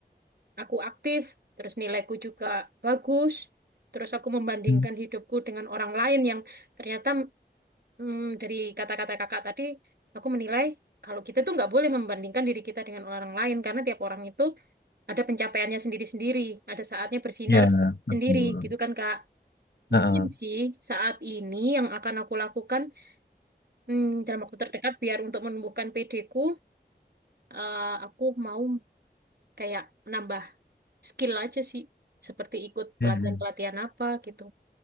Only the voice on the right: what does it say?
aku aktif, terus nilaiku juga bagus. Terus aku membandingkan
hidupku dengan orang lain yang ternyata Hmm, dari kata-kata kakak tadi, aku menilai kalau kita tuh nggak boleh membandingkan diri kita dengan orang lain karena tiap orang itu ada pencapaiannya sendiri-sendiri, ada saatnya bersinar
sendiri, gitu kan Kak?
Mungkin sih saat ini yang akan aku lakukan hmm, dalam waktu terdekat biar untuk menumbuhkan PD-ku, eh, aku mau kayak nambah skill aja sih, seperti ikut pelatihan-pelatihan
apa gitu.